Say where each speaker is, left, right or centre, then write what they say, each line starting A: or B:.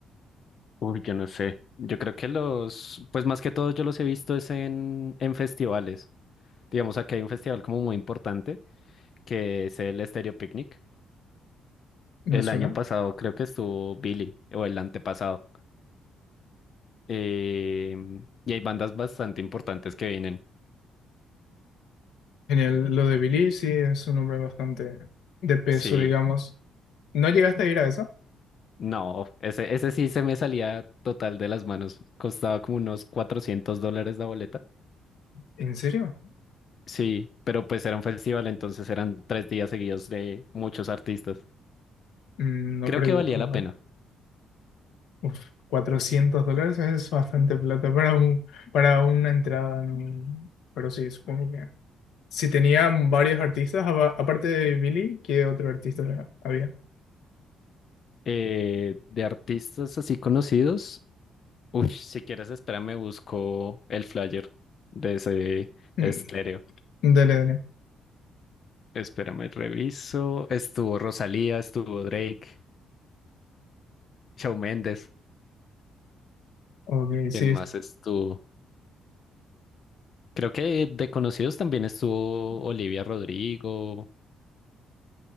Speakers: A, on the left (about 40°); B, on the left (about 80°).
A: Uy, yo no sé. Yo creo que los, pues más que todo yo los he visto es en, en festivales. Digamos, aquí hay un festival como muy importante que es el Stereo Picnic.
B: ¿Me
A: El
B: suena?
A: año pasado creo que estuvo Billy o el antepasado. Eh, y hay bandas bastante importantes que vienen.
B: Genial. Lo de Billy sí es un nombre bastante de peso,
A: Sí,
B: digamos. ¿No llegaste a ir a esa?
A: no, ese, ese sí se me salía total de las manos. Costaba como unos 400 dólares la boleta.
B: ¿En serio?
A: Sí, pero pues era un festival, entonces eran tres días seguidos de muchos artistas.
B: Mm, No,
A: Creo
B: pero
A: que
B: igual.
A: valía la pena.
B: Uf, 400 dólares es bastante plata para un, para una entrada, ¿no? Pero sí, supongo que... Si tenían varios artistas, apa- aparte de Billy, ¿qué otro artista había?
A: Eh, de artistas así conocidos, uy, si quieres, espérame, busco el flyer de ese
B: Mm,
A: estéreo.
B: Dale, dale.
A: Espérame, reviso. Estuvo Rosalía, estuvo Drake, Shawn Mendes.
B: Ok, sí.
A: ¿Quién
B: es-
A: más estuvo? Creo que de conocidos también estuvo Olivia Rodrigo,